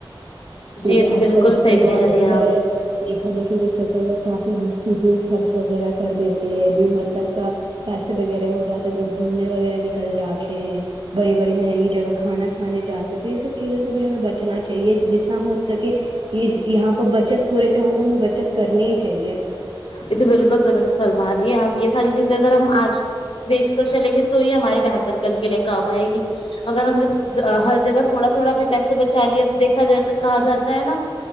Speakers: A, on the left (about 75°); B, on the right (about 65°).
A: جی
B: کیونکہ
A: یہ تو
B: آج
A: بالکل
B: کل
A: صحیح
B: یوا
A: کہہ رہی
B: جو
A: ہیں
B: ہے
A: آپ
B: دیکھا دیکھی کے چکر میں کافی فضول خرچ وغیرہ کر دیتے ہیں بے مطلب کا پیسے وغیرہ ہو جاتے ہیں تو گھومنے وغیرہ نکل جاتے ہیں بڑی بڑی مہنگی جگہ کھانا کھانے جاتے تو یہ سب چیزوں سے بھی ہمیں بچنا چاہیے جتنا ہو سکے کہ یہ یہاں پہ بچت ہو رہی تو وہاں پہ ہمیں بچت کرنی ہی چاہیے
A: یہ تو بالکل درست فرما رہی ہے آپ یہ ساری چیزیں اگر ہم آج دیکھ کر چلیں گے تو ہی ہمارے بہتر کل کے لیے کام آئے گی اگر ہم نے ہر جگہ تھوڑا تھوڑا بھی پیسہ بچا لیا دیکھا جائے تو کہا جاتا ہے نا